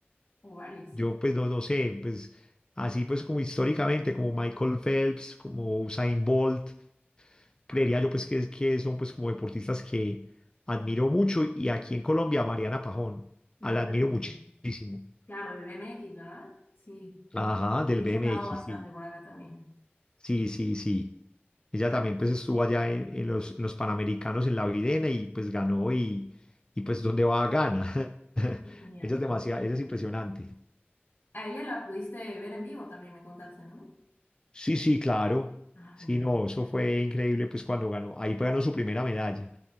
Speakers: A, on the left (about 55°); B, on the left (about 20°).
A: o varios.
B: yo pues no, no sé, pues así pues como históricamente, como Michael Phelps, como Usain Bolt, creería
A: Ajá.
B: yo pues que, es- que son pues como deportistas que admiro mucho y aquí en Colombia a Mariana Pajón,
A: Mariana
B: a la admiro
A: Camacho.
B: muchísimo.
A: Claro, el BMX, ¿verdad? Sí.
B: Ajá, del
A: Sí,
B: BMX,
A: he sonado bastante
B: sí,
A: por acá también.
B: sí, sí, sí. Ella
A: Creo.
B: también pues estuvo allá en, en
A: Sí.
B: los, en los Panamericanos en La Videna y pues ganó y, y pues donde va gana. <laughs>
A: Qué genial.
B: Ella es demasiado, ella es impresionante.
A: A ella la pudiste ver en vivo también, me contaste, ¿no?
B: Sí, sí, claro.
A: Ah,
B: Sí,
A: mira.
B: no, eso fue increíble pues cuando ganó. Ahí ganó su primera medalla.